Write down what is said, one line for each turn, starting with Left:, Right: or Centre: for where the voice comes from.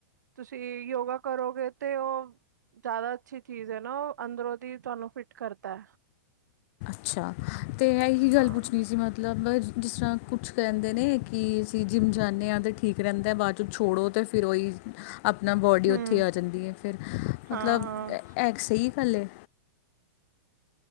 Right: ਤੁਸੀਂ ਯੋਗਾ ਕਰੋਗੇ ਤੇ ਉਹ ਜ਼ਿਆਦਾ ਅੱਛੀ ਚੀਜ਼ ਹੈ ਨਾ ਉਹ ਅੰਦਰੋਂ ਦੀ ਤੁਹਾਨੂੰ ਫਿੱਟ ਕਰਦਾ।
Left: ਅੱਛਾ ਅਤੇ ਇਹੀ ਗੱਲ
Right: ਹਾਂ,
Left: ਪੁੱਛਣੀ ਸੀ ਮਤਲਬ ਜਿਸ ਤਰ੍ਹਾਂ ਕੁਛ ਕਹਿੰਦੇ ਨੇ ਕਿ ਅਸੀਂ ਜਿੰਮ ਜਾਂਦੇ ਹਾਂ ਤਾਂ ਠੀਕ ਰਹਿੰਦਾ ਬਾਅਦ 'ਚ ਛੋੜੋ ਅਤੇ ਫਿਰ ਉਹੀ ਆਪਣਾ ਬੋਡੀ
Right: ਹੂੰ,
Left: ਉੱਥੇ ਆ ਜਾਂਦੀ ਹੈ ਫਿਰ ਮਤਲਬ
Right: ਹਾਂ,
Left: ਹੈ ਸਹੀ ਗੱਲ ਐ?